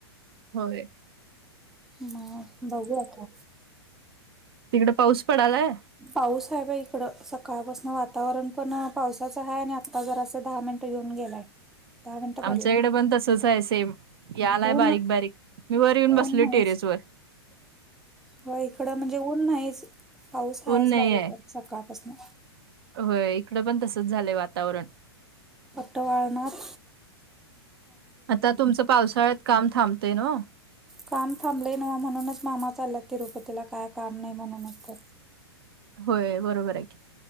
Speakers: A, on the right (about 65°); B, in the centre.
A: होय
B: ह बघू आता
A: तिकड पाऊस पडालाय
B: पाऊस आहे बा इकड सकाळपासन वातावरण पण पावसाचं आहे आणि आता जरा असं दहा मिनट येऊन गेलाय
A: ह
B: दहा मिनिटं
A: आमच्या
B: पडला
A: इकडे पण तसच आहे सेम या आलाय बारीक
B: ऊन
A: बारीक मी वर येऊन
B: ऊन
A: बसलो
B: नाहीच
A: टेरेस वर
B: हो इकडं म्हणजे ऊन नाहीच पाऊस आहेच
A: ऊन नाही
B: बारीक
A: आहे
B: बारीक सकाळपासून
A: होय इकड पण तसच झालंय वातावरण
B: पट्टवाळनाथ
A: आता तुमचं पावसाळ्यात काम थांबतंय न
B: काम थांबलं न म्हणूनच मामा चाललात तिरुपतीला काय काम नाही म्हणूनच तर
A: होय बरोबर आहे की